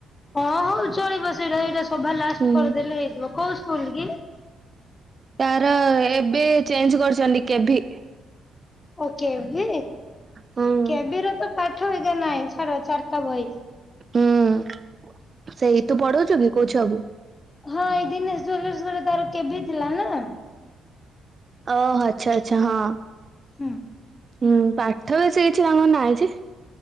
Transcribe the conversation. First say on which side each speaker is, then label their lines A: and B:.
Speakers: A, on the left; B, on the right.
A: ହଁ ହଉ ଚଳିବ ସେଇଟା ଏଇଟା ସଭା ଲାଷ୍ଟ
B: ହୁଁ
A: କରିଦେଲେ ହେଇଯିବ କଉ ସ୍ ସ୍କୁଲ୍ କି?
B: ତାର ଏବେ ଚେଞ୍ଜ କରୁଛନ୍ତି କେ ଭି।
A: ଓ କେ ଭି,
B: ହୁଁ
A: କେ ଭି ରେ ତ ପାଠ ଏକା ନାଇଁ। ତାର ଚାର୍ ଟା ଭାଇ।
B: ହୁଁ ସେଇ, ତୁ ପଢଉଛୁ କି କଉ ଛୁଆ କୁ?
A: ହଁ ଏଇ ଦିନେଶ ଜ୍ବେଲର୍ସ ଘର ତାର କେ ଭି ଥିଲା ନା।
B: ଓହ ଆଚ୍ଛା ଆଚ୍ଛା ହଁ।
A: ହୁଁ
B: ହୁଁ ପାଠ ବେଶୀ କିଛି ତାଙ୍କର ନାହିଁ ଯେ।